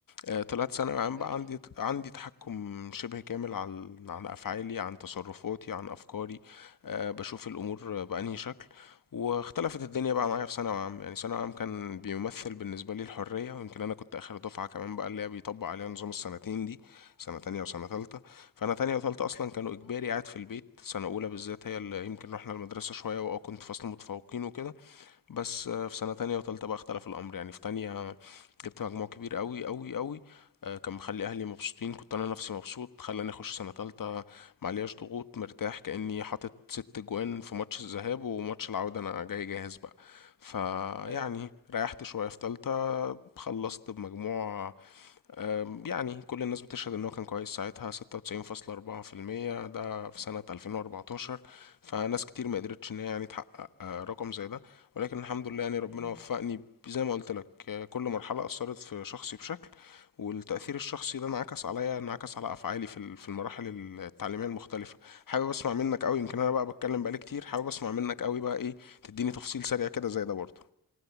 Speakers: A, on the left; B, on the right.
A: آه، طلعت ثانوي عام
B: ده
A: بقى
B: اكيد
A: عندي عندي تحكم شبه كامل عن عن افعالي عن تصرفاتي عن افكاري آه، بشوف الامور بانهي شكل واختلفت الدنيا بقى معايا في ثانوي عام يعني ثانوي عام كان بيمثل بالنسبه لي الحريه ويمكن انا كنت اخر دفعه كمان بقى اللي هي بيطبق عليها نظام السنتين دي سنه تانية وسنه تالتة فانا تانية وتالتة اصلا كانوا اجباري قاعد في البيت سنه اولى بالذات هي اللي يمكن رحنا المدرسه شويه واه كنت فصل متفوقين وكده بس آه، في سنة تانية وتالتة بقى اختلف الأمر يعني في تانية جبت مجموع كبير قوي قوي قوي آه، كان مخلي أهلي مبسوطين كنت أنا نفسي مبسوط خلاني أخش سنة تالتة معلياش ضغوط مرتاح كأني حاطط ست جوان في ماتش الذهاب وماتش العودة أنا جاي جاهز بقى فيعني
B: ايوه
A: ريحت شوية في تالتة خلصت بمجموع أم، يعني كل الناس بتشهد ان هو كان كويس ساعتها 96.4% ده في سنة 2014 فناس كتير ما قدرتش ان هي يعني تحقق آه، رقم زي ده ولكن الحمد لله يعني ربنا
B: امم
A: وفقني ب- زي ما قلت لك آه، كل مرحلة أثرت في شخصي بشكل والتأثير الشخصي ده انعكس عليا انعكس على أفعالي في ال- في المراحل التعليمية المختلفة حابب أسمع منك قوي
B: اه
A: يمكن أنا بقى بتكلم بقالي كتير حابب أسمع منك قوي بقى إيه تديني تفصيل سريع كده زي ده برضه